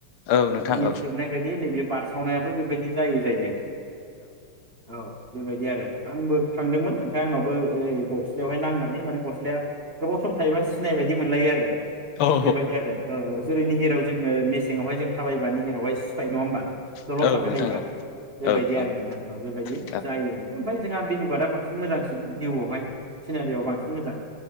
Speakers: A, on the left (about 75°); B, on the right (about 35°).
A: औ नोंथां
B: निेहिर
A: औ
B: सिबनाय बायदि नैब बारसि <unintelligible> बो बेबायदि जायो जाहैदों औ बेबायदि आरो आंबो थांदोंमोन ओमफ्राय आंनावबो ओय गस्लायावहाय नांनानै माने गस्लाया गोबाव सम थायोबा सिनाय <unintelligible> बिदि मोनलायो आरो
A: औ
B: बेबायदि आरो औ औ जेरै निहिराव जोङो <unintelligible> सिङावहाय जों थाबायोबा निहिरावहाय सिफायो नङा होनोमबा
A: औ
B: दल'द थाबाय
A: नोंथां
B: थायोबा
A: औ औ औ
B: बेबायदि
A: औ
B: आरो नोंथां बेबायदि
A: औ
B: जायो ओमफ्राय जोंहा बिलुुबादा बांसिन मोजांसिन भिउआवहाय सिनारियाव बांसिन मोजां